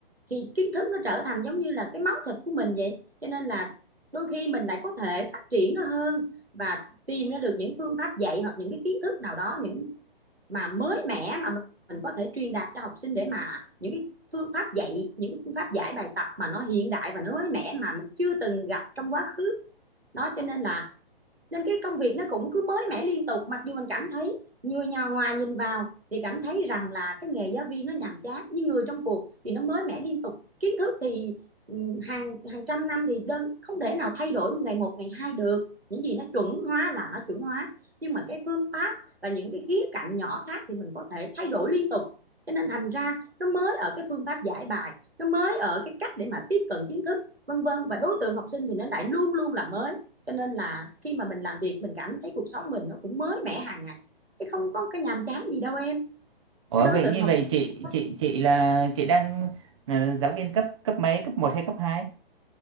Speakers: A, on the right; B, on the right.
A: thì kiến thức nó trở thành giống như là cái máu thịt của mình vậy cho nên là đôi khi mình lại có thể phát triển nó hơn và tìm ra được những phương pháp dạy hoặc những cái kiến thức nào đó những mà mới mẻ mà mình có thể truyền đạt cho học sinh để mà những cái phương pháp dạy những cái phương pháp giải bài tập mà nó hiện đại và nó mới mẻ mà mình chưa từng gặp trong quá khứ nó cho nên là nên cái công việc nó cũng cứ mới mẻ liên tục mặc dù mình cảm thấy người nhà ngoài nhìn vào thì cảm thấy rằng là cái nghề giáo viên nó nhàm chán nhưng người trong cuộc thì nó mới mẻ liên tục kiến thức thì ừ, hàng hàng trăm năm thì đơn không thể nào thay đổi ngày một ngày hai được những gì nó chuẩn hóa là nó chuẩn hóa nhưng mà cái phương pháp và những cái khía cạnh nhỏ khác thì mình có thể thay đổi liên tục cho nên thành ra nó mới ở cái phương pháp giải bài nó mới ở cái cách để mà tiếp cận kiến thức vân vân và đối tượng học sinh thì nó lại luôn luôn là mới cho nên là khi mà mình làm việc mình cảm thấy cuộc sống mình nó cũng mới mẻ hàng ngày chứ không có cái nhàm chán gì đâu em
B: Ủa
A: cái đối
B: vậy
A: tượng
B: như
A: học
B: vậy chị
A: sinh
B: chị chị là chị đang là giáo viên cấp cấp mấy, cấp một hay cấp hai?